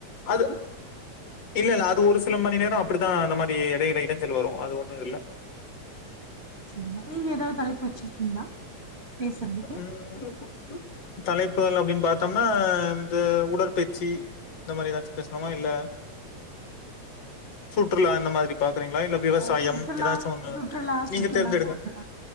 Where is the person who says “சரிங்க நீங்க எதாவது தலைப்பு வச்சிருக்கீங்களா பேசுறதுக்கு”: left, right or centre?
Right